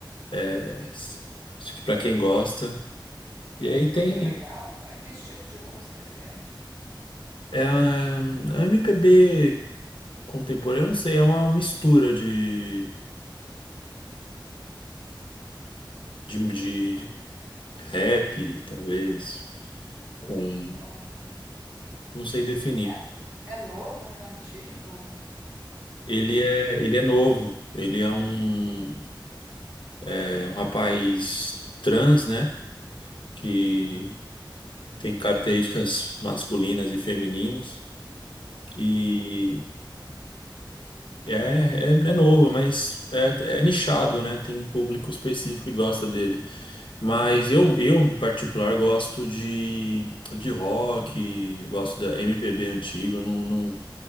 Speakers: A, on the left (about 75°); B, on the right (about 50°).
A: é, para quem gosta. E aí tem
B: É legal? É que estilo de música que é?
A: é, a a MPB contemporânea, eu não sei, é uma mistura de, de, de rap, talvez, com
B: Hum,
A: não sei definir.
B: é, é novo? É antigo?
A: Ele
B: Hum,
A: é,
B: co-
A: ele é novo, ele é um, é um rapaz trans, né?
B: hum, hum.
A: Que tem características masculinas e femininas. E é, é, é novo, mas é, é nichado, né? Tem um público específico que gosta dele. Mas eu, eu em particular, gosto de, de rock, gosto da MPB antiga, eu não, não-